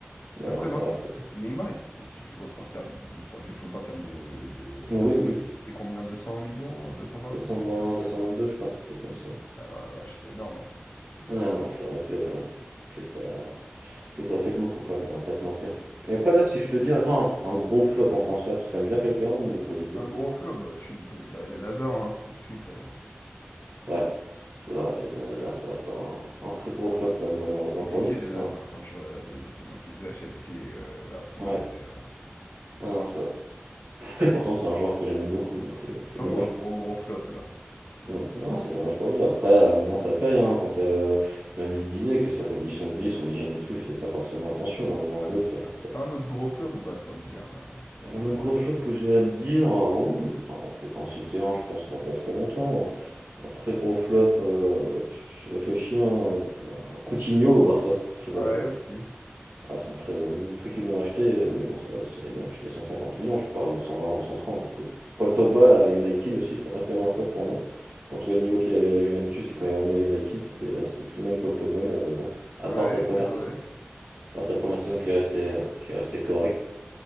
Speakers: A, on the right; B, on the left.
A: Mais
B: Après,
A: ouais, non, ça
B: non, c'est
A: reste.
B: Neymar, il- c'était- c'est le plus gros transfert de l'histoire du foot en termes de, de
A: Oui, oui,
B: prix. C'était combien? deux cents millions? 220?
A: deux deux cent
B: un truc
A: cent
B: comme
A: vingt
B: ça
A: vingt deux cent vingt-deux, je crois, quelque chose comme ça.
B: Ah non, la vache, c'est énorme. hein.
A: Ah non, c'est vrai que, que ça, que ça fait beaucoup quand même, on va pas se mentir. Et après, là, si je te dis, attends, un, un gros flop en transfert, tu serais me dire quelqu'un ou pas du tout?
B: Un gros flop, bah, tu me peux dire Eden Hazard, hein, tout de suite. euh,
A: Ouais, c'est vrai, Eden Hazard, ça reste un, un très gros flop quand même, malheureusement
B: compliqué
A: pour lui, parce
B: Eden
A: que c'est
B: Hazard,
A: un.
B: hein, quand tu vois là, les, les saisons qu'il faisait à Chelsea et euh, là, son
A: Ouais,
B: arrivée. euh,
A: ouais, non, c'est vrai. Et pourtant, c'est un joueur que j'aimais beaucoup, donc c'est
B: C'est sûrement
A: c'est dommage.
B: un gros gros flop là.
A: Mm. Non, c'est dommage pour lui. Après, à un moment, ça paye. Hein, quand euh, même lui le disait que sa condition de vie, son hygiène et tout, il faisait pas forcément attention. À un moment,
B: Ah
A: un
B: non,
A: autre,
B: c'est
A: ça,
B: clair. T'as
A: ça-
B: t'as un autre gros flop ou pas, toi, à me dire, là, que Eden
A: un autre
B: Hazard?
A: gros flop que j'ai à te dire. euh, oui, je vais t'en, je vais t'en citer un, je pense, dans pas très longtemps. Un très gros flop. euh, je je réfléchis. hein, euh, Coutinho au Barça, très gros
B: Ouais,
A: flop.
B: aussi.
A: Ah, c'est un très gros. Vu le prix qu'ils l'ont acheté, euh, oui, non, ça, ça, ils l'ont acheté 150 millions, je crois, ou 120 ou 130. Donc, oui. ça- Paul Pogba à United aussi, ça reste quand même un flop pour moi. Quand tu vois le niveau qu'il avait à la Juventus et quand il est revenu à United, c'était euh, c'était plus le même Paul Pogba malheureusement. À
B: Ouais,
A: part sa première
B: c'est vrai.
A: saison, à part sa première saison qui est restée, euh, qui est restée correcte.